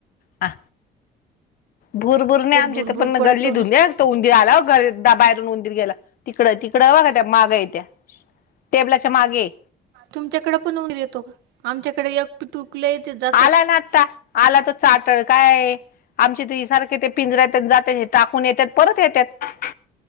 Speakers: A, on the left (about 60°); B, on the right (about 90°).
A: हा... भुरभुर नाई... आमच्या
B: भुरभुर
A: इथं पण
B: पडतो
A: गल्ली
B: नुसतं
A: <unintelligible> लई आलतं ऊन ते आल्यावर घरीत... पायातून उंदीर गेला... तिकडं तिकडं बघा... त्या मागं ए त्या... टेबलाच्या ति च्यामागे ए
B: तुमच्याकडे पण उंदीर येतो का... आमच्याकडे एक पिटूक कलं... येतेत जा
A: आला ना आत्ता... आला तो चाह्यटळ काय... आमचे ते सारखं ते पिंजऱ्यात... हे जातेत, टाकून येतात... परत येत्यात...